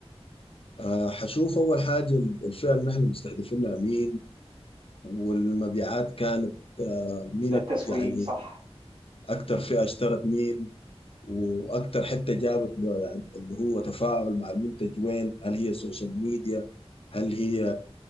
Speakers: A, on the left (about 55°); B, on the right (about 50°).
A: آه حشوف أول حاجة الفئة اللي نحن مستهدفينها مين والمبيعات كانت آه مين
B: ده التسويق
A: أك- يعني
B: صح
A: أكتر فئة اشترت مين واكتر حته جابت ب- يعني اللي هو تفاعل مع المنتج وين هل هي سوشيال ميديا هل هي